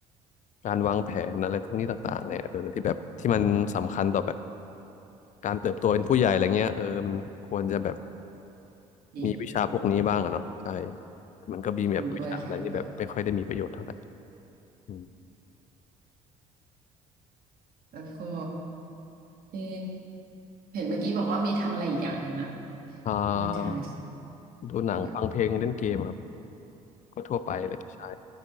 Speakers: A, on the left (about 45°); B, on the right (about 55°).
A: การวางแผนอะไรพวกนี้ต่างๆเนี่ยเออที่แบบที่มันสำคัญต่อแบบการเติบโตเป็นผู้ใหญ่อะไรเงี้ยเออมันควรจะแบบ
B: จริง
A: มีวิชาพวกนี้บ้างอะเนาะใช่มันก็มีแบบวิชาอะไรที่แบบไม่ค่อยได้มีประโยชน์เท่าไหร่
B: เห็นด้วยค่ะเห็นด้วย
A: อืม
B: แล้วก็เออเห็นเมื่อกี้บอกว่ามีทำอะไรอีกอย่างหนึ่งนะ
A: อ่า
B: นอกจากอ่านหนังสื
A: ดูหนังฟังเพลงเล่นเกมครับ
B: อแบบ
A: ก็ทั่วไปเลยใช่